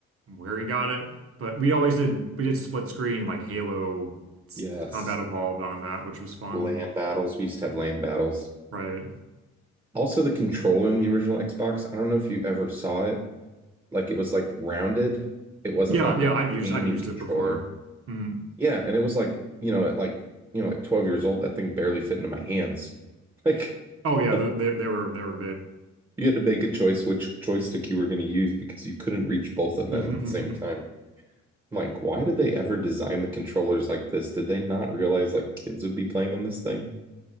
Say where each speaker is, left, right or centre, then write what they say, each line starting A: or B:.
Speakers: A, on the right; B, on the right.
A: where he got it, but we always did, we did split screen like Halo s-
B: yes,
A: Combat Evolved on that, which was fun.
B: land battles. We used to have land battles.
A: Right.
B: Also, the controller in the original Xbox. I don't know if you ever saw it. Like it was like rounded. It wasn't
A: Yeah.
B: like
A: Yeah.
B: a
A: I've used,
B: gaming
A: I've used
B: controller.
A: it before. Hmm.
B: Yeah, and it was like you know at like you know like twelve years old, that thing barely fit into my hands. Like
A: Oh,
B: <laughs>
A: yeah.
B: you
A: They, they, they were, they were
B: had to make a choice which joystick you were going to use because you couldn't reach both of them
A: big.
B: at the same time. I'm Like, why did they ever design the controllers like this? Did they not realize like kids would be playing on this thing?